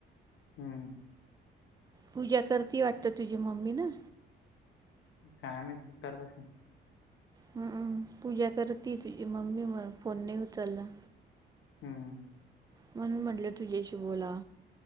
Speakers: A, on the left; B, on the right.
A: हम्म
B: पूजा करती वाटत तुझी मम्मी ना
A: काम तर कसे
B: हम्म पूजा करती तुझी मम्मी म फोन नाही उचलला
A: हम्म
B: म्हणून म्हटलं तुझ्याशी बोला